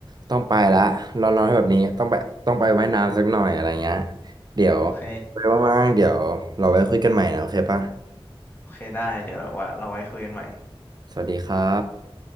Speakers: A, on the right (about 45°); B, on the left (about 20°).
A: ต้องไปละร้อนๆแบบนี้ต้องไปต้องไปว่ายน้ำสักหน่อยอะไรเงี้ยเดี๋ยว
B: โอเค
A: ไปว่างๆเดี๋ยวเราไว้คุยกันใหม่นะโอเคปะ
B: โอเคได้เดี๋ยวว่าเราไว้คุยกันใหม่
A: สวัสดีครับ